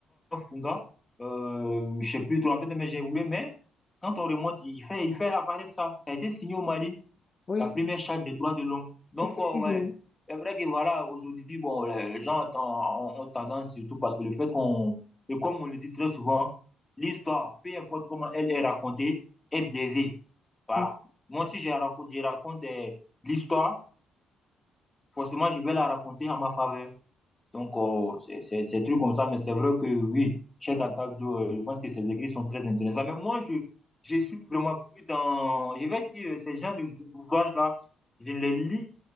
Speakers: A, on the left; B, on the left.
A: Funga, euh, je ne sais plus trop en fait, mais j'ai oublié, mais quand on remonte, il fait, il fait apparaître ça. Ça a été signé au Mali
B: oui,
A: la première charte des droits de l'homme. Donc,
B: effectivement.
A: euh, ouais, c'est vrai que voilà, aujourd'hui, bon, les gens ont, ont- tendance, surtout parce que le fait qu'on, et comme on le dit très souvent, l'histoire, peu importe comment elle est racontée, est biaisée. Voilà.
B: Mhm.
A: Moi, si je raconte, je raconte euh, l'histoire, forcément, je vais la raconter en ma faveur. Donc, euh, c'est c'est- c'est des comme ça, mais c'est vrai que oui, Cheikh Anta Diop, euh, je pense que ses écrits sont très intéressants. Mais moi, je, je suis vraiment plus dans, je vais dire, euh, ces gens d'ouvrages-là, je les lis